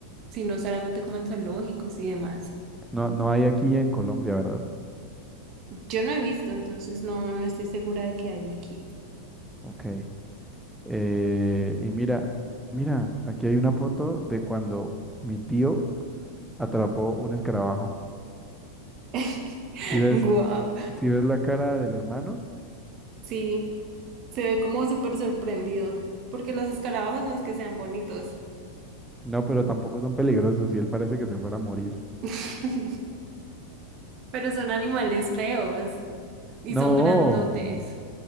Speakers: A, on the right; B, in the centre.
A: sino solamente como en zoológicos y demás.
B: No, no hay aquí en Colombia, ¿verdad?
A: Yo no he visto, entonces no, no estoy segura de que haya aquí.
B: Ok. Eh, y mira, mira, aquí hay una foto de cuando mi tío atrapó un escarabajo.
A: <laughs>
B: Si ves,
A: Guau.
B: si ves la cara del hermano,
A: Sí, se ve como súper sorprendido, porque los escarabajos no es que sean bonitos,
B: no, pero tampoco son peligrosos y él parece que se fuera a morir.
A: <laughs> pero son animales feos y
B: No,
A: son grandotes.